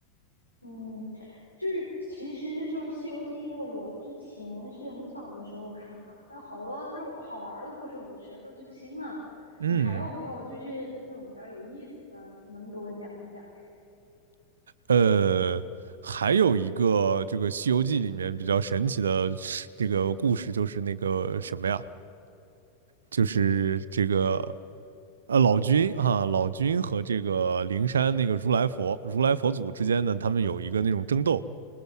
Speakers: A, on the left (about 90°); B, on the right (about 65°).
A: 嗯，就是其实就是《西游记》，因为我之前是很小的时候看的嘛，但好多那种好玩儿的故事，我其实都记不清了。
B: 嗯，
A: 你还有没有就是那种比较有意思的，能给我讲一讲？
B: 呃，还有一个这个《西游记》里面比较神奇的是这个故事，就是那个什么呀，就是这个。呃，老君啊，老君和这个灵山那个如来佛、如来佛祖之间呢，他们有一个那种争斗，